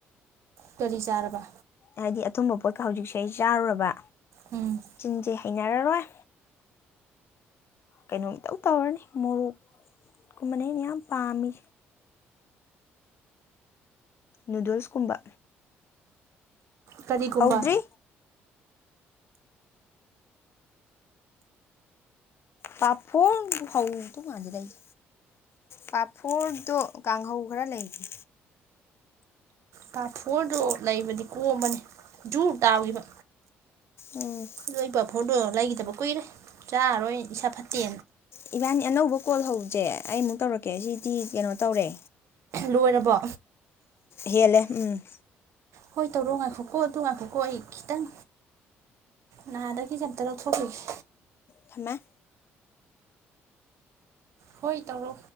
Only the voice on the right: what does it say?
ꯀꯔꯤ ꯆꯔꯔꯕ
ꯎꯝ
ꯀꯔꯤꯒꯨꯝꯕ
ꯄꯥ ꯐꯣꯔꯗꯨ ꯂꯩꯕꯗꯤ ꯀꯣꯝꯕꯅꯤ ꯖꯨ ꯇꯥꯈꯤꯕ
ꯑꯗꯨ ꯄ ꯐꯣꯔ ꯎ ꯂ ꯂꯩꯒꯗꯕ ꯀꯨꯏꯔꯦ ꯆꯥꯔꯔꯣꯏ ꯏꯁꯥ ꯐꯠꯇꯦ
ꯂꯣꯏꯔꯕ
ꯍꯣꯏ ꯇꯧꯔꯣ ꯉꯥꯏꯈꯣꯛꯀꯣ ꯑꯗꯨ ꯉꯥꯏꯈꯣꯀꯣ ꯑꯩ ꯈꯤꯇꯪ ꯅꯥꯗꯒꯤ ꯀꯝꯇ ꯂꯧꯊꯣꯛꯈꯤꯒꯦ
ꯍꯣꯏ ꯇꯧꯔꯣ